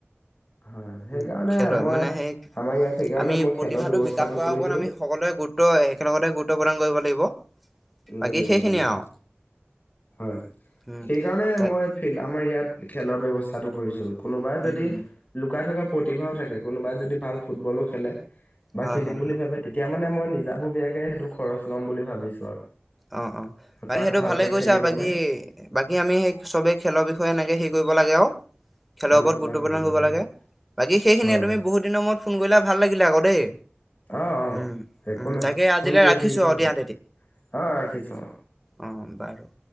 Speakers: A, on the left; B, in the centre.
A: হয় সেইকাৰণে
B: উ খেলৰ
A: মই
B: মানে সেই
A: আমাৰ ইয়াত সেইকাৰণে
B: আমি
A: মই খেলৰ
B: প্ৰতিভাতাটো
A: ব্যৱস্থাটো
B: বিকাশ কৰাৰ
A: কৰিছো
B: ওপৰত আমি সকলোৱে গুৰুত্ব একেলগতে গুৰুত্ব। কিমান কৰিব লাগিব। বাকী
A: লাগিব
B: সেইখিনিয়ে
A: লাগিব।
B: আৰু
A: হয়
B: উম
A: সেইকাৰণে
B: তাই
A: মই ফিল আমাৰ ইয়াত খেলৰ ব্যৱস্থা। কটো কৰিছোঁ। কোনোবাই
B: উম
A: যদি লুকাই থকা প্ৰতিভাও থাকে কোনোবাই যদি ভাল ফুটবলো খেলে বা
B: হয়
A: খেলিম
B: হয়
A: বুলি
B: হয়
A: ভাবে তেতিয়া মানে মই নিজা ববিয়াকে সেইটো খৰচ ল'ম বুলি ভাবিছো আৰু
B: অ অ মানে
A: তাক
B: সেইটো
A: ভালকে
B: ভালে কি কৈছা
A: খেলিবলে
B: বাকী বাকী আমি সেই চবেই খেলৰ বিষয়ে এনেকে হে কৰিব লাগে অ খেলৰ
A: আলোচনা
B: ওপৰত গুৰুত্ব প্ৰদান কৰিব
A: লাগিব
B: লাগে বাকী সেইখিনিয়ে
A: হয়
B: তুমি বহুত দিনৰ মূৰত ফোন কৰিলে ভাল লাগিলে আকৌ দেই
A: অ অ
B: উম
A: একো
B: উম
A: নাই
B: তাকে আজিলৈ
A: ফোন কৰি
B: ৰাখিছো
A: থাকিম
B: আৰু
A: তেনেকে
B: দিয়া
A: অ ঠছ
B: অঁ বাৰু